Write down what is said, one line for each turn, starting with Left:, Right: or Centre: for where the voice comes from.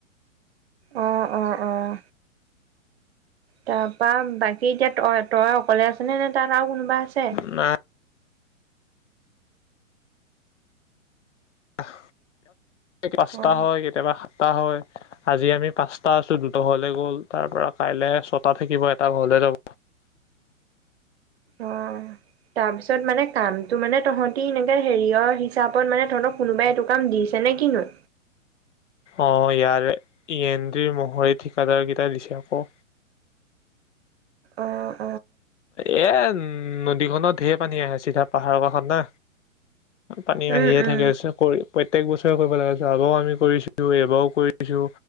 Right: আহ অ আহ। তাৰপা বাকী এতিয়া তই তই অকলে আছে নে নে তাত আৰু কোনোব। বা আছে।
Left: বোলো আহ। কচ্তা
Right: অ
Left: হয় কেতিয়াবা। হয় আজি আমি পাঁচটা আছো দুটা ঘৰলে গ'ল তাৰ পৰা কাইলে ছটা থাকিব এটা ঘৰলে যাব।
Right: অ তাৰপিছত মানে কামটো মানে তহঁতি এনেকে হেৰিয়ৰ হিচাপত মানে তহঁতক কোনোবাই এইটো কাম দিছে নে কিনো।
Left: অ ইয়াৰে ইয়ন্দড্ৰিৰ মহৰি ঠিকাদাৰকেইটা দিছে আকৌ।
Right: অঁ
Left: এ উম নদীখনত ঢেৰ পানী আহে চিধা পাহাৰৰ কাষত না। পানী
Right: উম,
Left: আহিয়ে
Right: উম,
Left: থাকে আছে কৰি। প্ৰত্যেক বছৰে কৰিব লা আগও আমি কৰিছো এবাৰও কৰিছো